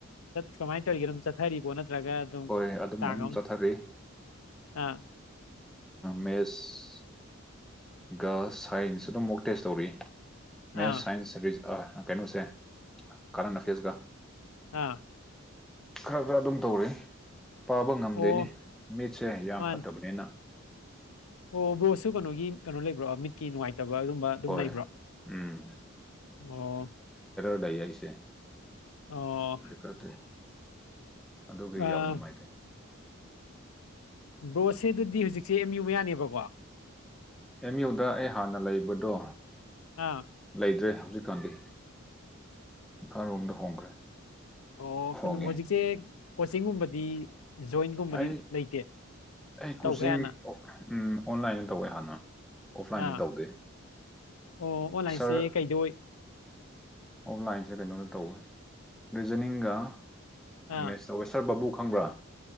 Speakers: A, on the left; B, in the centre.
A: ꯀꯃꯥꯏꯅ ꯇꯧꯔꯤꯒꯦ ꯑꯗꯨꯝ ꯆꯠꯊꯔꯤꯕꯣ ꯅꯠꯇ ꯆ꯭ꯔꯒ ꯑꯗꯨꯝ
B: ꯍꯣꯏ ꯑꯗꯨꯝ
A: ꯆꯥꯡ
B: ꯑꯗꯨꯝ
A: ꯑꯃ
B: ꯆꯠꯊꯔꯤ ꯃꯦꯠꯁꯒ ꯁꯥꯏꯟꯁ ꯑꯗꯨ ꯑꯃꯨꯛ ꯇꯦꯁ ꯇꯧꯔ ꯃꯦꯁ
A: ꯑꯥ
B: ꯁꯥꯏꯟꯁ ꯀꯩꯅꯣꯁꯦ ꯀꯥꯔꯟ ꯅꯐꯦꯁꯒ
A: ꯑꯥ
B: ꯈꯔ ꯈꯔ ꯑꯗꯨꯝ ꯇꯧꯔꯤ ꯄꯥꯕ ꯉꯝꯗꯣꯏꯅꯤ
A: ꯑꯣ
B: ꯃꯤꯠꯁꯦ ꯌꯥꯝ
A: ꯃꯥꯅꯦ
B: ꯐꯠꯇꯕꯅꯤꯅ
A: ꯑꯣ ꯕꯣꯁꯁꯨ ꯀꯩꯅꯣꯒꯤ ꯀꯩꯅꯣ ꯂꯩꯕ꯭ꯔꯣ ꯃꯤꯠꯀꯤ ꯅꯨꯡꯉꯥꯏꯇꯕ ꯑꯗꯨꯒꯝꯕ ꯑꯗꯨꯝ
B: ꯍꯣꯏ
A: ꯂꯩꯕ꯭ꯔꯣ
B: ꯎꯝ
A: ꯑꯣ
B: ꯗꯥꯏꯁꯦ
A: ꯑꯣ
B: ꯏ <inaudible> ꯐꯇ ꯑꯗꯨꯒꯤ
A: ꯑꯥ
B: ꯌꯥꯝ ꯅꯨꯡꯉꯥꯏꯇꯦ
A: ꯕ꯭ꯔꯣꯁꯦ ꯑꯗꯨꯗꯤ ꯍꯧꯖꯤꯛꯁꯦ ꯑꯦꯝ ꯌꯨ ꯃꯌꯥꯅꯦꯕꯀꯣ
B: ꯑꯦꯝ ꯌꯨꯗ ꯑꯩ ꯍꯥꯟꯅ ꯂꯩꯕꯗꯣ
A: ꯑꯥ
B: ꯂꯩꯇ꯭ꯔꯦ ꯍꯧꯖꯤꯛꯀꯥꯟꯗꯤ ꯏꯝꯐꯥꯜꯔꯣꯝꯗ ꯍꯣꯡꯈ꯭ꯔꯦ
A: ꯑꯣ
B: ꯍꯣꯡꯉꯦ
A: ꯀꯩꯅꯣ ꯍꯧꯖꯤꯛꯁꯦ ꯀꯣꯆꯤꯡꯒꯨꯝꯕꯗꯤ ꯖꯣꯏꯟꯒꯨꯝꯕꯗꯤ
B: ꯑꯩ
A: ꯂꯩꯇꯦ
B: ꯑꯩ
A: ꯇꯧꯈ꯭ꯔꯦ
B: ꯀꯣꯆꯤꯡ
A: ꯍꯥꯟꯅ
B: ꯑꯣꯟꯂꯥꯏꯟꯗ ꯇꯧꯋꯦ ꯍꯥꯟꯅ ꯑꯣꯐꯂꯥꯏꯟꯗꯤ
A: ꯑꯥ
B: ꯇꯧꯗꯦ
A: ꯑꯣ ꯑꯣꯟꯂꯥꯏꯟꯁꯦ
B: ꯁꯥꯔ
A: ꯀꯩꯗ ꯑꯣꯏ
B: ꯑꯣꯐꯂꯥꯏꯟꯁꯦ ꯀꯩꯅꯣꯗ ꯇꯧꯋꯦ ꯔꯤꯖꯅꯤꯡꯒ
A: ꯑꯥ
B: ꯃꯦꯁꯇꯋꯦꯁꯔ ꯕꯥꯕꯨ ꯈꯪꯕ꯭ꯔꯥ